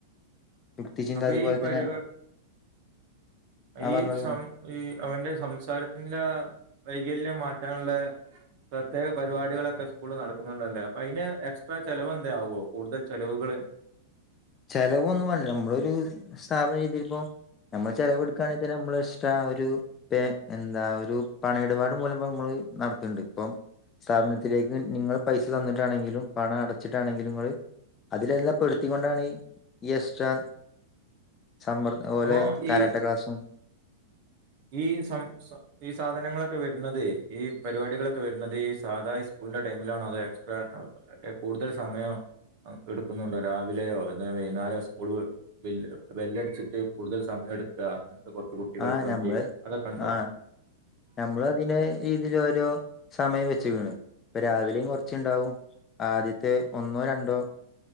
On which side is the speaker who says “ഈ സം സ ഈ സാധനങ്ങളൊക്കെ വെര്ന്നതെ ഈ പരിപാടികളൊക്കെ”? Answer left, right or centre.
Right